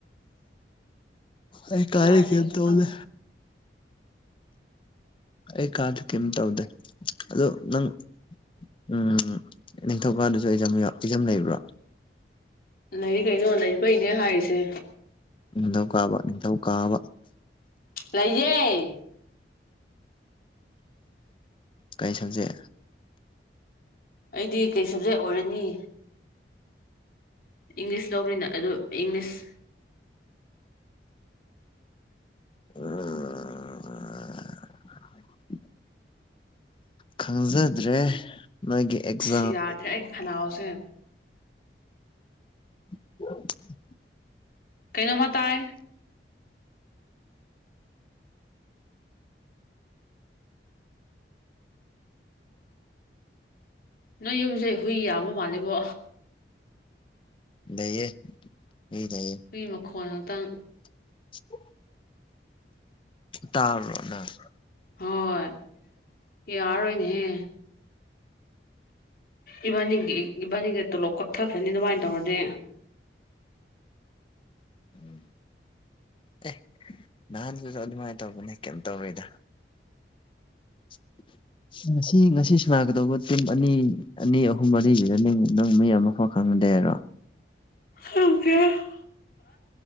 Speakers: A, on the left; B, on the left.
A: ꯑꯩ
B: ꯀꯗꯥꯏꯗꯒꯤꯅꯣ
A: ꯇꯥꯔꯤ ꯀꯦꯝ ꯇꯧꯗꯦ
B: ꯈꯪꯗꯦ
A: ꯑꯩ ꯀꯥꯗ ꯀꯦꯝ ꯇꯧꯗꯦ ꯑꯗꯣ ꯅꯪ ꯎꯝ ꯅꯤꯡꯊꯧꯀꯗꯁꯨ ꯑꯦꯖꯥꯝꯌ ꯑꯦꯛꯖꯥꯝ ꯂꯩꯕ꯭ꯔꯣ
B: ꯂꯩ ꯀꯩꯅꯣ ꯂꯩꯕꯩꯅꯦ ꯍꯥꯏꯔꯤꯁꯦ
A: ꯅꯤꯡꯊꯧꯀꯥꯕ ꯅꯤꯡꯊꯧꯀꯥꯕ
B: ꯂꯩꯌꯦ
A: ꯀꯩ ꯁꯕꯖꯦꯛ
B: ꯑꯩꯗꯤ ꯀꯩ ꯁꯕꯖꯦꯛ ꯑꯣꯏꯔꯅꯤ ꯏꯪꯂꯤꯁ ꯂꯧꯕꯅꯤꯅ ꯑꯗꯨꯝ ꯏꯪꯂꯤꯁ
A: <unintelligible> ꯈꯪꯖꯗ꯭ꯔꯦ ꯅꯣꯏꯒꯤ ꯑꯦꯛꯖ__
B: ꯁꯤ ꯌꯥꯗ꯭ꯔꯦ ꯑꯩꯒꯤ ꯈꯅꯥꯎꯁꯦ
A: <unintelligible>
B: ꯀꯩꯅꯣꯝꯃ ꯇꯥꯏ ꯅꯣꯏ ꯌꯨꯝꯁꯦ ꯍꯨꯏ ꯌꯥꯝꯕ ꯃꯥꯜꯂꯦꯕꯣ
A: ꯂꯩꯌꯦ ꯍꯨꯏ ꯂꯩꯌꯦ
B: ꯍꯨꯏ ꯃꯈꯣꯟ ꯉꯥꯛꯇꯪ
A: <inaudible> ꯇꯥꯕ꯭ꯔꯣ ꯅꯪ
B: ꯍꯣꯏ ꯌꯥꯔꯔꯣꯏꯅꯦꯍꯦ ꯏꯕꯥꯅꯤꯒꯤ ꯏꯕꯥꯅꯤꯒ ꯇꯣꯂꯣꯞ ꯀꯛꯊꯈ꯭ꯔꯅꯤ ꯑꯗꯨꯃꯥꯏꯅ ꯇꯧꯔꯗꯤ
A: ꯎꯝ ꯑꯦꯍ ꯅꯍꯥꯟꯗꯨꯁꯨ ꯑꯗꯨꯃꯥꯏꯅ ꯇꯧꯕꯅꯦ ꯀꯩꯝ ꯇꯧꯔꯣꯏꯗ <unintelligible> ꯁꯤ ꯉꯁꯤ ꯁꯅꯥꯒꯗꯧꯕ ꯇꯤꯝ ꯑꯅꯤ ꯑꯅꯤ ꯑꯍꯨꯝ ꯃꯔꯤꯁꯤꯗ ꯅꯤꯡ ꯅꯪ ꯃꯤ ꯑꯃꯐꯥꯎ ꯈꯪꯗꯦ ꯍꯥꯏꯔꯣ
B: <unintelligible>